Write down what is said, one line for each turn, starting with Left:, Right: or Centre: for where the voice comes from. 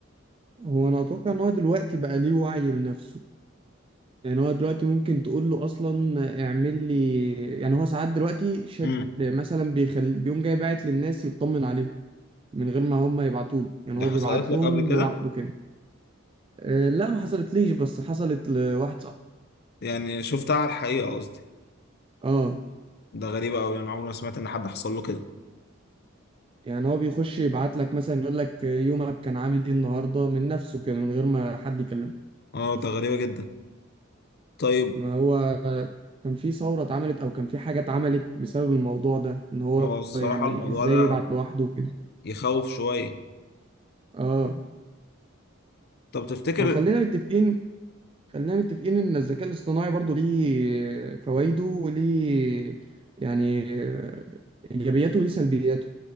Right: هو انا اتوقع ان هو دلوقتي بقى ليه وعي لنفسه يعني هو دلوقتي ممكن تقول له اصلا اعمل لي يعني هو ساعات دلوقتي شاد
Left: امم
Right: مثلا بيخل... بيقوم جاي باعت للناس يطمن عليهم من غير ما هم يبعتوا له يعني
Left: ده
Right: هو
Left: حصلت
Right: بيبعت
Left: لك
Right: لهم
Left: قبل كده
Right: لوحده كده آه، لا ما حصلتليش بس حصلت لواحد صاحبي
Left: يعني شفتها على الحقيقة قصدي
Right: اه
Left: ده غريبة قوي انا عمري ما سمعت ان حد حصل له كده
Right: يعني هو بيخش يبعت لك مثلا يقول لك يومك كان عامل ايه النهارده من نفسه كده من غير ما حد يكلمه
Left: اه ده غريبة جدا طيب
Right: ما هو كان في ثوره اتعملت او كان في حاجه اتعملت بسبب الموضوع ده ان هو
Left: هو الصراحة
Right: يعني
Left: الموضوع
Right: ازاي
Left: ده
Right: يبعت لوحده كده
Left: يخوف شوية
Right: اه
Left: طب تفتكر
Right: وخلينا متفقين خلينا متفقين ان الذكاء الاصطناعي برضو ليه فوائده وليه يعني ايجابياته وليه سلبياته